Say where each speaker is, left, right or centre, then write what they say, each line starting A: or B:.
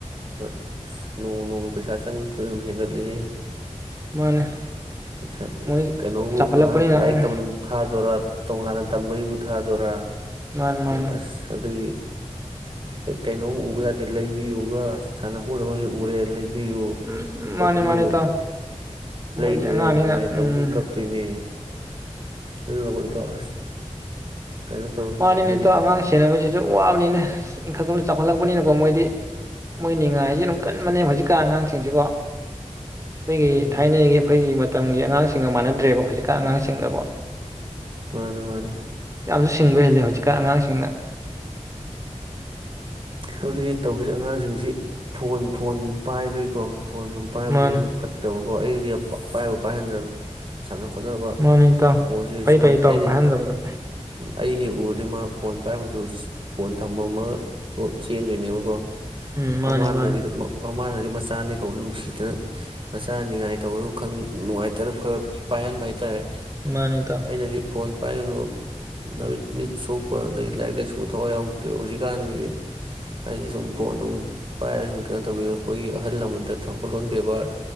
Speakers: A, on the right; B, on the right.
A: ꯑꯏ ꯅꯣꯡꯃ ꯅꯣꯡꯒꯤ ꯄꯩꯁꯥ ꯆꯪꯕꯁꯨ ꯑꯗꯨꯝ ꯍꯦꯟꯒꯠꯂꯦꯑꯦ
B: ꯃꯥꯅꯤ
A: ꯩꯥ
B: ꯃꯣꯏ
A: ꯀꯩꯅꯣꯕꯨ
B: ꯆꯥꯎꯈꯠꯂꯛꯄꯅꯤꯅ
A: ꯑꯉꯥꯡ ꯂꯥꯏꯔꯤꯛ
B: ꯎꯝ
A: ꯇꯟ ꯊꯥꯗꯣꯔꯥ ꯇꯣꯉꯥꯟꯅ ꯇꯝꯕꯒꯤꯕꯨ ꯊꯥꯗꯣꯏꯔꯥ
B: ꯃꯥꯅꯤ ꯃꯥꯅꯤ
A: ꯑꯁ ꯑꯗꯨꯏ ꯀꯩꯅꯣꯝ ꯎꯕ ꯌꯥ ꯂꯩꯕꯤꯌꯨꯒ ꯁꯥꯟꯅꯄꯣꯠ ꯑꯃꯒꯤ ꯎꯔꯦ ꯕꯤꯌꯨ
B: ꯎꯝ
A: ꯀꯣꯠꯄꯤꯌꯨ
B: ꯃꯥꯅꯤ ꯃꯥꯅꯤ ꯏꯇꯥꯎ ꯃꯣꯏꯗꯤ
A: ꯂꯩꯗ꯭ꯔꯦ
B: ꯑꯉꯥꯡꯅꯤꯅ
A: ꯅꯤꯡꯉꯥꯏ
B: ꯎꯝ
A: ꯇꯧꯅꯤ ꯀꯞꯇꯣꯏꯅꯤ ꯅꯤ ꯑꯗꯨꯅꯀꯣ ꯏꯇꯥꯎ ꯑꯁ ꯀꯩꯅꯣ ꯇꯧꯋꯦ
B: ꯃꯥꯅꯤꯅꯦ
A: ꯍꯥꯏꯗꯤ
B: ꯏꯇꯥꯎ ꯑꯉꯥꯡ ꯁꯦꯟꯅꯕꯁꯦ ꯋꯥꯕꯅꯤꯅꯦ ꯏꯟꯈꯠꯂꯛ ꯆꯥꯎꯈꯠꯂꯛꯄꯅꯤꯅꯀꯣ ꯃꯣꯏꯗꯤ ꯃꯣꯏ ꯅꯤꯉꯥꯏꯁꯦ ꯑꯗꯨꯝ ꯀꯟꯕꯅꯦꯕ ꯍꯧꯖꯤꯛꯀꯥꯟ ꯑꯉꯥꯡꯁꯤꯡꯁꯤꯀꯣ ꯑꯩꯈꯣꯏꯒꯤ
A: ꯎꯝ
B: ꯊꯥꯏꯅꯒꯤ ꯑꯩꯈꯣꯏꯒꯤ ꯃꯇꯝꯒꯤ ꯑꯉꯥꯡꯁꯤꯡꯒ ꯃꯥꯟꯅꯗ꯭ꯔꯦꯕ ꯍꯧꯖꯤꯛꯀꯥꯟ ꯑꯉꯥꯡꯁꯤꯡꯗꯕ
A: ꯃꯥꯅꯦ ꯃꯥꯅꯦ
B: ꯌꯥꯝꯁꯨ ꯁꯤꯡꯕ ꯍꯦꯜꯂꯦ ꯍꯧꯖꯤꯛꯀꯥꯟ ꯑꯉꯥꯡꯁꯤꯡꯅ
A: ꯑꯗꯨꯅꯤ ꯇꯧꯔꯤꯁꯤ ꯑꯉꯥꯡꯁꯤꯡꯁꯤ ꯐꯣꯟ ꯐꯣꯟ ꯄꯥꯏꯕꯒꯤꯀꯣ ꯐꯣꯟ ꯁꯨꯝ ꯄꯥꯏꯕꯁꯤꯁꯨ
B: ꯃꯥꯅꯤ
A: ꯐꯠꯇꯕ ꯑꯣ ꯑꯩꯗꯤ ꯄꯥꯏꯕꯨ ꯄꯥꯏꯍꯟꯗꯔ꯭ꯕꯅꯦ ꯁꯥꯅꯧ ꯈꯣꯠꯅꯕ
B: ꯃꯥꯅꯤ ꯏꯇꯥꯎ
A: ꯐꯣꯟꯁꯤ
B: ꯐꯩ
A: ꯁꯨꯡꯄꯥꯏ
B: ꯐꯩ ꯏꯇꯥꯎ
A: ꯑꯩꯅ
B: ꯄꯥꯏꯍꯟꯗꯕꯗꯣ
A: ꯑꯩ ꯍꯦꯛ ꯎꯔꯗꯤ ꯃꯥ ꯐꯣꯟ ꯄꯥꯏꯔꯝꯃꯁꯨ ꯐꯣꯟ ꯊꯝꯃꯝꯃ ꯄꯣꯠ ꯆꯦꯟꯗꯣꯏꯅꯦꯕꯀꯣ
B: ꯎꯝ ꯃꯥꯅꯤ
A: ꯃꯃꯥꯟꯅꯗꯤ
B: ꯃꯥꯅꯤ
A: ꯃꯃꯥꯅꯗꯤ ꯃꯆꯥꯅꯤ ꯀꯧꯕ ꯅꯨꯡꯁꯤꯗꯅ ꯃꯆꯥ ꯅꯤꯡꯉꯥꯏ ꯇꯧꯕꯗꯨ ꯈꯪ ꯅꯨꯡꯉꯥꯏꯇꯅ ꯈꯔ ꯄꯥꯏꯍꯟꯕ ꯍꯥꯏꯇꯥꯔꯦ
B: ꯃꯥꯅꯤ ꯏꯇꯥꯎ
A: ꯑꯩꯅꯗꯤ ꯐꯣꯟ ꯄꯥꯏꯒꯅꯨ ꯅꯃꯤꯠ ꯃꯤꯠ ꯁꯣꯛꯄ ꯑꯗꯒꯤ ꯂꯥꯏꯔꯤꯛ ꯂꯥꯏꯁꯨ ꯊꯋꯥꯏ ꯌꯥꯎꯗꯦ ꯍꯧꯖꯤꯛꯀꯥꯟꯗꯤ ꯍꯥꯏꯗꯤ ꯁꯨꯝ ꯐꯣꯟꯗꯣ ꯄꯥꯏꯔꯒ ꯁꯨꯝ ꯀꯩꯅꯣ ꯇꯧꯒꯤꯕꯗ ꯑꯩꯈꯣꯏꯒꯤ ꯑꯍꯜ ꯂꯃꯟꯗ ꯊꯧꯒꯜꯂꯣꯟ ꯕꯦꯕꯥꯔ